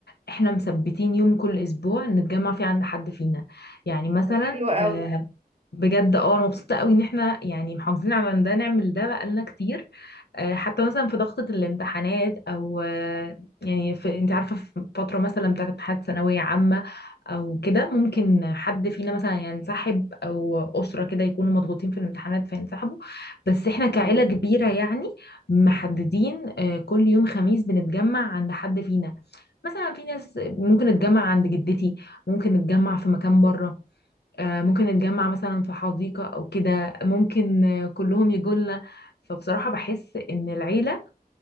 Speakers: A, on the left; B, on the right.
A: احنا مثبتين يوم كل اسبوع نتجمع فيه عند حد فينا يعني مثلا
B: طب حلو قوي
A: آه، بجد اه انا مبسوطه قوي ان احنا يعني محافظين على إن ده نعمل ده بقالنا كتير آه، حتى مثلا في ضغطه الامتحانات او آه، يعني في انت عارفه في فتره مثلا بتاعت امتحانات ثانويه عامه او كده ممكن
B: مم.
A: حد فينا مثلا ينسحب او اسره كده يكونوا مضغوطين في الامتحانات فينسحبوا بس احنا كعيله
B: أهو.
A: كبيره يعني محددين آه، كل يوم خميس بنتجمع عند حد فينا مثلا في ناس ممكن نتجمع عند جدتي ممكن نتجمع في مكان بره آه، ممكن نتجمع مثلا في حديقة أو كده ممكن آه، كلهم يجولنا فبصراحة بحس إن العيلة